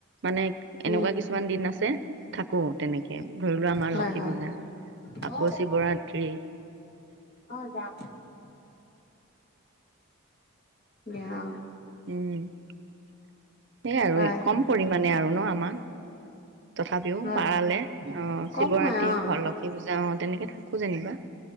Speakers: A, on the right; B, on the left.
A: মানে এনেকুৱা
B: উম
A: কিছুমান দিন আছে থাকো তেনেকে ধৰি লোৱা আমাৰ
B: হয়
A: লক্ষী
B: হয়
A: পূজা আকৌ
B: অ
A: শিৱৰাতি
B: অ যাও দিয়া আও
A: উম সেই আৰু
B: হয়
A: কম পৰিমাণে আৰু ন আমাৰ তথাপিও
B: হয়
A: পাৰালে
B: হয়
A: অ
B: কম
A: শিৱৰাতি
B: হয় অ
A: ঘৰ লক্ষী পূজা অ তেনেকে থাকো যেনিবা